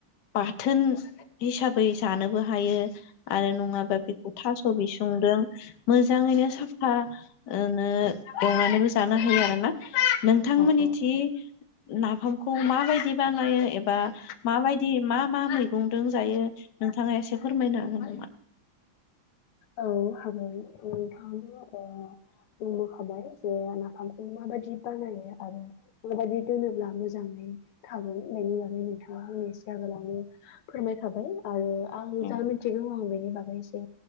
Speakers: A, on the left (about 60°); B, on the left (about 85°).
A: बाथोन हिसाबै जानोबो हायो आरो नङाबा बेखौ थास' बिसंदों मोजाङैनो साफा नो एवनानैबो जानो हायो आरो ना नोंथांमोननि
B: औ
A: थिं नाफामखौ माबायदि बानाय एबा माबायदि मा मा मैगंदों जायो नोंथाङा एसे फोरमायनो हागोन नामा
B: औ हागोन नोंथांनो बुंबोखाबाय जे नाफामखौ माबादि बानायो आरो माबादि दोनोब्ला मोजाङै थागोन बेनायनि बागै नोंथांया एसे आगोलावनो फोरमायखाबाय आरो आं
A: औ
B: जा मिथिगौ आं बेनि बागै एसे